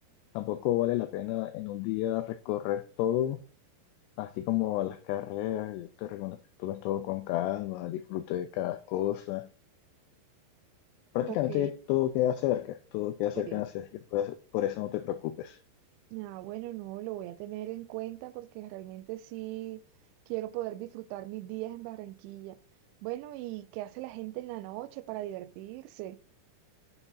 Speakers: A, on the left; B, on the right.
A: tampoco vale la pena en un día recorrer todo, así como las carreras. Yo te recomiendo que tomes todo con calma, disfrute de cada cosa. Prácticamente
B: Ok,
A: todo queda cerca, todo queda
B: sí.
A: cerca en la ciudad, así que puedes- por eso no te preocupes.
B: Ah, bueno, no, lo voy a tener en cuenta porque realmente sí quiero poder disfrutar mis días en Barranquilla. Bueno, ¿y qué hace la gente en la noche para divertirse?